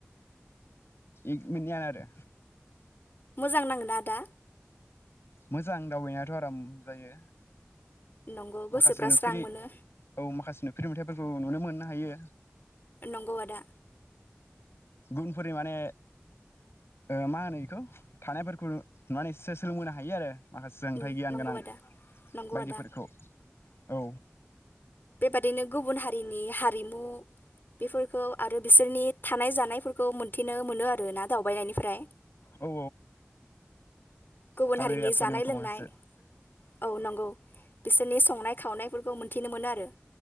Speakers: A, on the left (about 75°); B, on the left (about 55°).
A: <unintelligible> आरो
B: मोजां नाङोना आदा
A: मोजां दावबायनायाथ' आराम जायो
B: नंगौ गोसोफ्रा
A: माखासे नुफेहै
B: स्रां मोनो
A: औ माखासे नुफेहै मेथाइ फोरखौ नुनो मोननो हायो
B: नंगौ आदा
A: गुनफोरनि माने ओ मा होनो इखौ थानायफोरखौ माने एसे सोलोंबोनो हायो आरो माखासे सोंथायाइ
B: उम
A: गियान
B: नंगौ
A: गोनां
B: आदा नंगौ
A: बायदिफोरखौ
B: आदा
A: औ
B: बेबादिनो गुबुन हारिनि हारिमु बेफोरखौ आरो बिसोरनि थानाय जानायफोरखौ मोनथिनो मोनो आरो ना दावबायनायनिफ्राय
A: औ
B: गुबुन
A: टाउन
B: हारिनि
A: एरियाफोरनि
B: जानाय
A: माखासे
B: लोंनाय औ नंगौ बिसोरनि संनाय खावनायफोरखौ मोन्थिनो मोनो आरो